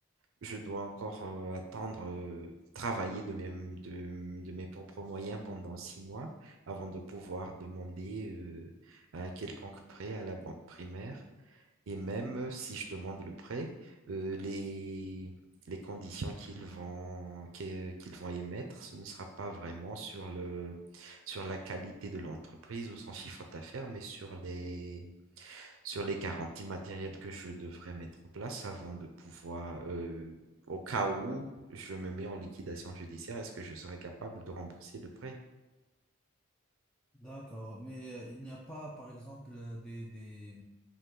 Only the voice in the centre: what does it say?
D'accord, mais euh, il n'y a pas, par exemple, euh, des, des,